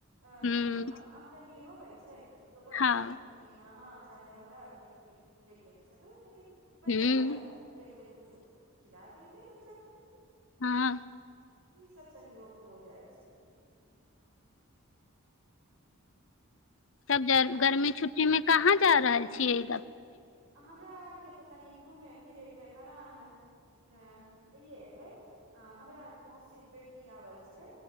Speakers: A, on the right (about 75°); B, on the left (about 60°).
A: अ
B: हूँ
A: आमदानी हो होबै छै तऽ बस
B: हँ
A: तनी अहाँ चाहे हमरा आर के तनी लेके चलू तनी बजार
B: हूँ
A: उजार लेके कुछो खिला देल के बच्चन के
B: हँ
A: ई सब सहयोग हो जाइ छै
B: तब ज
A: आओर
B: गर्मी छुट्टी में कहाँ जा रहल छै छियै ग
A: हमरा आर के तऽ तनि घूमे फिरे के प्लान हेे हे हमरा आर के मौसीके बेटी आवल छै